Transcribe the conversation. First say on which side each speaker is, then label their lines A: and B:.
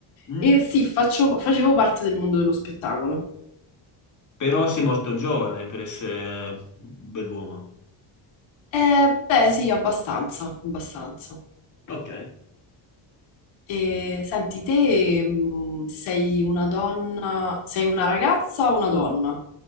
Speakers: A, on the left (about 40°); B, on the left (about 80°).
A: Mm?
B: e sì, faccio- facevo parte del mondo dello spettacolo.
A: Però sei morto giovane per essere un bell'uomo.
B: Eh, beh, sì, abbastanza, abbastanza.
A: Ok.
B: E senti, te mm, sei una donna, sei una ragazza o una donna?